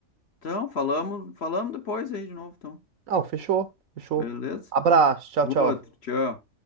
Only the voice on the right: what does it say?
Não, fechou, fechou.
Abraço, tchau, tchau.